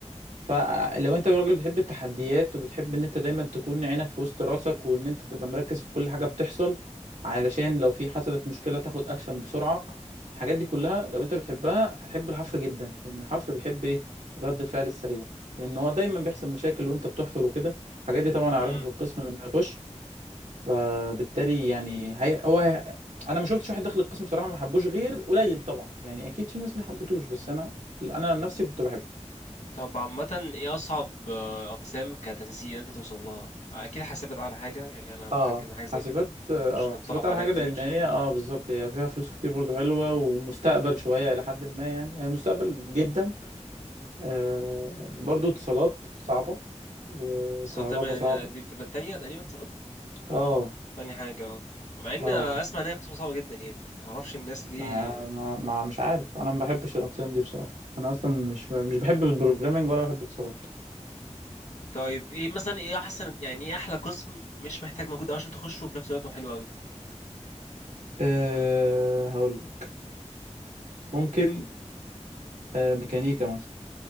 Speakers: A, on the right; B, on the left.
A: فلو انت راجل بتحب التحديات وبتحب ان انت دايما تكون عينك في وسط راسك وان انت تبقى مركز في كل حاجة بتحصل علشان لو في حصلت مشكلة تاخد اكشن بسرعة الحاجات دي كلها لو انت بتحبها هتحب الحفر جدا لان الحفر بيحب ايه رد الفعل السريع لان هو دايما بيحصل مشاكل وانت بتحفر وكده الحاجات دي طبعا اعرفها
B: كم
A: في القسم لما يخش فبالتالي يعني هي هو هي انا ما شفتش واحد دخل القسم بصراحه ما حبوش غير قليل طبعا يعني اكيد في ناس ما حبتوش بس انا انا عن نفسي كنت بحبه
B: طب عامة ايه أصعب آه، أقسام كتنسيق أنت توصل لها؟ أكيد حاسبت على حاجة يعني أنا متأكد
A: اه
B: إن حاجة زي
A: حاسبات
B: كده
A: اه
B: عشان اتطلب
A: حاسبات على
B: عليها
A: حاجه
B: كتير
A: لان هي اه بالظبط هي فيها فلوس كتير برضو حلوه ومستقبل شويه الى حد ما يعني هي مستقبل جدا آه برضو اتصالات صعبه وكهرباء
B: اتصالات تقريبا
A: صعبه
B: دي بتبقى التانية تقريبا اتصالات
A: اه
B: تاني حاجة اه مع إن
A: اه
B: آه، أسمع إن هي قسم صعبة جدا يعني معرفش الناس ليه
A: ما ما ما- مش عارف انا ما بحبش الاقسام دي بصراحه انا اصلا مش مش بحب البروجرامينج ولا بحب اتصالات
B: طيب ايه مثلا ايه أحسن يعني ايه أحلى قسم مش محتاج مجهود أوي عشان تخشه وفي نفس الوقت هو حلو أوي
A: أه هقول لك ممكن أه ميكانيكا مثلا